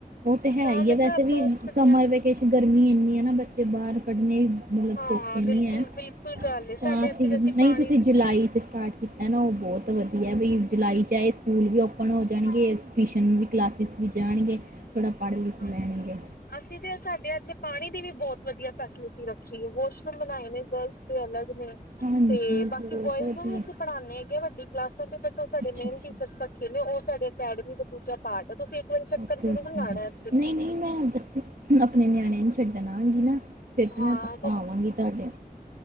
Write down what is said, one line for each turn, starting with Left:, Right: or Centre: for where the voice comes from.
Right: ਉਹ ਤੇ ਹੈ
Left: ਤਾਂ
Right: ਹੀ
Left: ਮੈਂ
Right: ਹੈ
Left: ਕਿਹਾ
Right: ਵੈਸੇ
Left: ਆਪਾਂ
Right: ਵੀ
Left: ਛੁੱਟੀਆਂ
Right: ਸਮਰ
Left: ਚ
Right: ਵਿਕੇਸ਼ਨ ਗਰਮੀ ਇੰਨੀ ਹੈ। ਨਾ ਬੱਚੇ ਬਾਹਰ ਕੱਢਣੇ ਮਤਲਬ
Left: ਹਾਂ
Right: ਸੌਖੇ
Left: ਬਿਲਕੁਲ
Right: ਨਹੀਂ ਹੈ।
Left: ਬਿਲਕੁਲ ਗੱਲ
Right: ਤਾਂ
Left: ਸਾਡੇ
Right: ਅਸੀਂ
Left: ਇੱਥੇ
Right: ਨਹੀਂ
Left: ਪਾਣੀ
Right: ਤੁਸੀਂ ਜੁਲਾਈ 'ਚ ਸਟਾਰਟ ਕੀਤਾ। ਨਾ ਉਹ ਬਹੁਤ ਬਹੁਤ ਵਧੀਆ ਵੀ ਜੁਲਾਈ 'ਚ ਚਾਹੇ ਸਕੂਲ ਵੀ ਓਪਨ ਹੋ ਜਾਣਗੇ। ਟਿਊਸ਼ਨ ਵੀ ਕਲਾਸਿਸ ਵੀ ਜਾਣਗੇ। ਥੋੜ੍ਹਾ ਪੜ੍ਹ- ਲਿਖ
Left: ਹਾਂ
Right: ਲੈਣਗੇ।
Left: ਅਸੀਂ ਤੇ ਸਾਡੇ ਇੱਥੇ ਪਾਣੀ ਦੀ ਵੀ ਬਹੁਤ ਵਧੀਆ ਫੈਸਿਲਿਟੀ ਰੱਖੀ ਹੈ। ਵਾਸ਼ਰੂਮ ਬਣਾਏ ਨੇ ਗਰਲਸ ਤੇ ਅਲੱਗ ਨੇ
Right: ਹਾਂਜੀ
Left: ਤੇ ਬਾਕੀ
Right: ਬਹੁਤ
Left: ਬੋਇਜ਼
Right: ਵਧੀਆ
Left: ਨੂੰ ਵੀ ਅਸੀਂ ਪੜ੍ਹਾਦੇ ਹੈਗੇ। ਵੱਡੀ ਕਲਾਸ ਬਟ ਉਹ ਸਾਡੇ
Right: ਅੱਛਾ
Left: ਮੇਨ
Right: ਅੱਛਾ
Left: ਟੀਚਰਸ ਰਖੇ ਨੇ ਓਸ ਸਾਡੇ ਅਕੈਡਮੀ ਦਾ ਦੂਜਾ ਪਾਰਟ ਤੇ ਤੁਸੀਂ ਇੱਕ ਵਾਰੀ ਚੱਕਰ
Right: ਓਕੇ
Left: ਜਰੂਰ
Right: ਓਕੇ
Left: ਲਾਉਣਾ ਐ।
Right: ਨਹੀਂ -ਨਹੀਂ ਮੈਂ ਹੋਣ ਆਪਣੇ ਨਿਆਣਿਆਂ ਨੂੰ ਛੱਡਣ ਆਂਵਾਗੀ। ਨਾ ਫਿਰ ਤੇ
Left: ਹਾਂ
Right: ਮੈਂ ਪੱਕਾ ਆਵਾਂਗੀ। ਤੁਹਾਡੇ